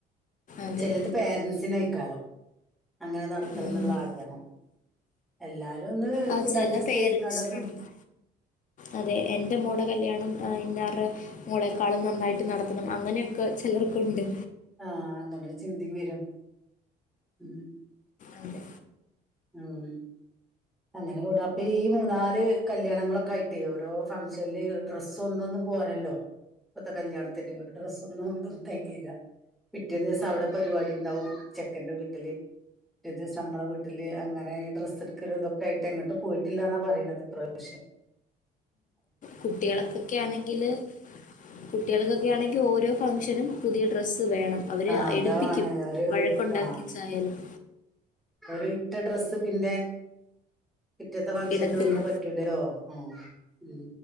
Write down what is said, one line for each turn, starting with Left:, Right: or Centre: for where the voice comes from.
Left: അതെ
Centre: ചിലത് പേരൻറ്സിന് ആയിക്കാരം അങ്ങനെ നടത്തണം
Left: ഉം.
Centre: എന്നുള്ള ആഗ്രഹം എല്ലാരും ഒന്ന്
Left: ആ
Centre: പിന്നെ
Left: ചില
Centre: അഡ്ജസ്റ്റ്
Left: പേരൻസിനുണ്ട്
Centre: ചെയ്ത്ങ്ങാണ്ടൊക്കെ
Left: അതെ എന്റെ മോടെ കല്യാണം ഇന്നാരുടെ മോളെക്കാളും നന്നായി ട്ട് നടത്തണം അങ്ങനെയൊക്കെ ചിലർക്കുണ്ട്.
Centre: ആ അങ്ങനൊരു ചിന്തേം ‌ വരും. ഉം
Left: അതെ
Centre: ഉം അങ്ങനെ കൂടം അപ്പ ഈ മൂന്നാ ല് കല്യാണങ്ങളൊക്കെ ആയിട്ടേ ഓരോ ഫംഗഷനല് ഡ്രസ്സൊന്നൊന്നും പോരല്ലോ ഇപ്പത്തെ കല്യാണത്തിന് ഒരു ഡ്രസ്സ് ഒന്നും കൊണ്ടും തെകയില്ല. പിറ്റേ ദിവസം അവടെ പരിപാടി ഉണ്ടാവും ചെക്കന്റെ വീട്ടില് പിറ്റേ ദിവസം നമ്മളെ വീട് അങ്ങനെ ഈ ഡ്രസ് എടുക്കലും ഇതൊക്കെ ആയിട്ട് എങ്ങോട്ട് പോയിട്ടില്ലന്നാ പറയണത് ഇപ്രയോശ്യം
Left: കുട്ടികളക്കൊക്കെ ആണെങ്കില് കുട്ടികൾക്കൊക്കെ ആണെങ്കിൽ ഓരോ ഫംഗഷനും പുതിയ ഡ്രസ്സ് വേണം. അവരെ
Centre: ആ അതാണ്
Left: എടുപ്പിക്കും
Centre: ഒരു
Left: വഴക്കുണ്ടാക്കിച്ചായാലും
Centre: ആ ഒരു ഇട്ട ഡ്രസ്സ് പിന്നെ പിറ്റേത്ത ഫംഗ്ഷൻ
Left: ഇടത്തില്ല
Centre: നോൽക്ക് പറ്റൂലലോ ഓ ഉം